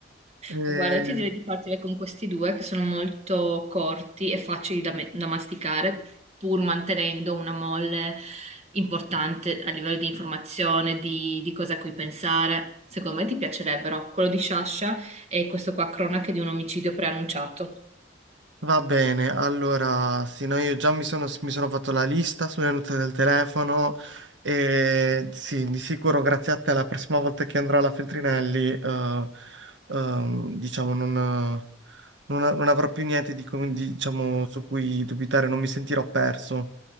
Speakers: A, on the right; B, on the right.
A: Eh,
B: Guarda, ti direi di partire con questi due che sono molto corti e facili da, me- da masticare, pur mantenendo una molle importante a livello di informazione, di, di cosa a cui pensare. Secondo me ti piacerebbero quello di Sciascia e questo qua, Cronache di un omicidio preannunciato.
A: va bene, allora, sì, no, io già mi sono, mi sono fatto la lista sulle note del telefono e sì, di sicuro grazie a te la prossima volta che andrò alla Feltrinelli, eh, ehm, diciamo, non, non- non avrò più niente di, cui- di- diciamo, su cui dubitare, non mi sentirò perso.